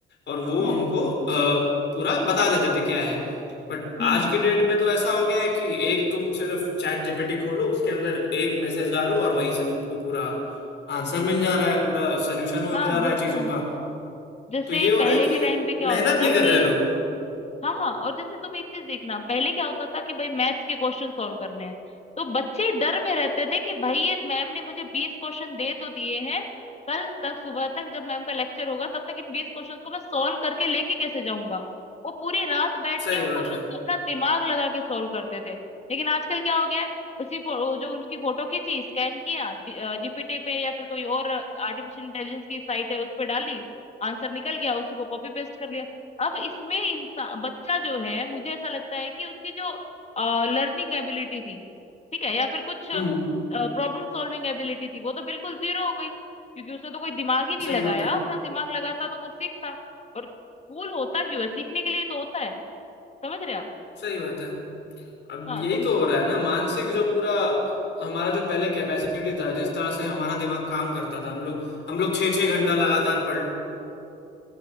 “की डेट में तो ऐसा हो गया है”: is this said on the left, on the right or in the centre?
Left